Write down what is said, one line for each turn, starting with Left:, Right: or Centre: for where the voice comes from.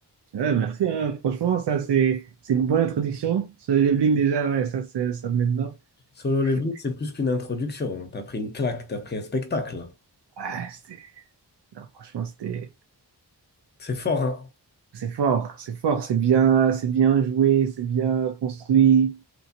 Right: Ouais, merci, hein. Franchement, ça, c'est c'est une bonne introduction. Sur les Bling, déjà, ouais, ça, c'est- ça me met dedans.
Left: Solo Leveling,
Right: Ok.
Left: c'est plus qu'une introduction. T'as pris une claque, t'as pris un spectacle.
Right: Ouais, c'était... Non, franchement, c'était...
Left: C'est fort, hein?
Right: C'est fort, c'est fort, c'est bien, c'est bien joué, c'est bien construit.